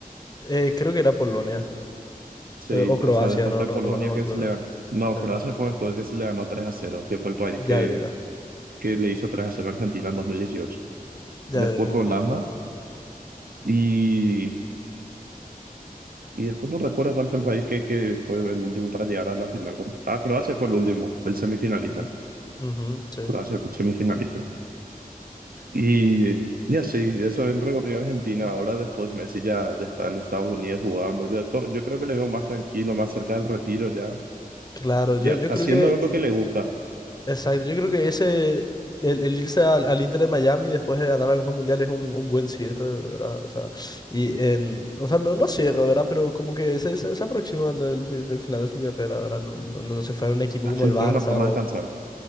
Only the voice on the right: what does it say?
Sí,
o sea, después
fue
Polonia
que
se le ganó. No,
Croacia fue después que se le ganó tres a cero. que fue el país
que,
que le hizo 3 a cero a Argentina en 2018.
Después
fue
Holanda y, y después no recuerdo cuál fue el país que, que fue el último para llegar a la final. Ah, Croacia fue el último, el semifinalista.
Croacia fue el semifinalista. Y, y así, eso en Recopa Argentina. Ahora después Messi ya, ya está en Estados Unidos jugando. ya to- yo creo que le veo más tranquilo, más cerca del retiro ya,
ya
haciendo
lo
que le gusta.
Así
tengo
una forma de descansar.